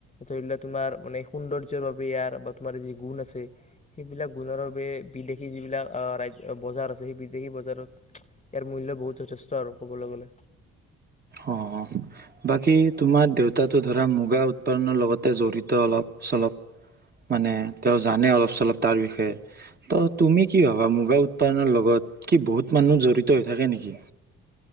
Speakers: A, on the left (about 25°); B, on the right (about 30°).
A: ধৰি লোৱা তোমাৰ মানে সৌন্দৰ্যৰ বাবে ইয়াৰ, বা তোমাৰ যি গুণ আছে, সেইবিলাক গুণৰ বাবে বিদেশী যিবিলাক বজাৰ আছে সেই বিদেশী বজাৰত ইয়াৰ মূল্য বহুত যথেষ্ট আৰু। ক'বলৈ গ'লে
B: অ, বাকী তোমাৰ দেউতাটো ধৰা মুগা উৎপাদনৰ লগতে জড়িত অলপ-চলপ মানে তেওঁ জানে অলপ-চলপ তাৰ বিষয়ে। ত তুমি কি ভাবা মুগা উৎপাদনৰ লগত কি বহুত মানুহ জড়িত হৈ থাকে নেকি?